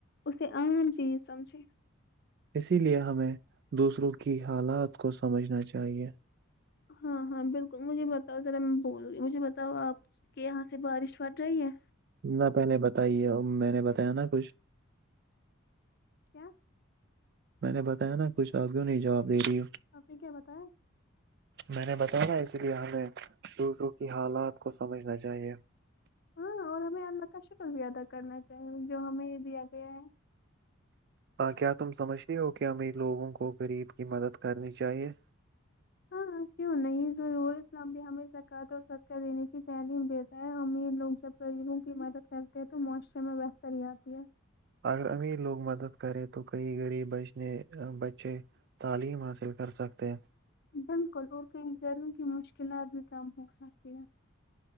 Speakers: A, on the left (about 50°); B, on the right (about 50°).
A: اسے عام چیز سمجھے
B: اسی لیے ہمیں دوسروں کی حالات کو سمجھنا چاہیے
A: ہاں ہاں بالکل مجھے بتاؤ ذرا میں بول رہ مجھے بتاؤ آپ کہ یہاں سے بارش پڑ رہی ہے
B: نہ پہلے بتائیے میں نے بتایا نا کچھ
A: کیا
B: میں نے بتایا نا کچھ آپ کیوں نہیں جواب دے رہی ہو
A: آپ نے کیا بتایا
B: میں نے بتایا نا اسی لیے ہمیں دوسروں کی حالات کو سمجھنا چاہیے
A: ہاں اور ہمیں اللہ کا شکر بھی ادا کرنا چاہیے جو ہمیں دیا گیا ہے
B: کیا تم سمجھتے ہو کہ امیر لوگوں کو غریب کی مدد کرنی چاہیے
A: ہاں کیوں نہیں ضرور اسلام بھی ہمیں زکوۃ اور صدقہ دینے کی تعلیم دیتا ہے امیر لوگ جب غریبوں کی مدد کرتے ہیں تو معاشرے میں بہتری آتی ہے
B: اگر امیر لوگ مدد کرے تو کئی غریب بچنے بچے تعلیم حاصل کر سکتے ہیں
A: بالکل اور کہیں گھروں کی مشکلات بھی کم ہو سکتی ہے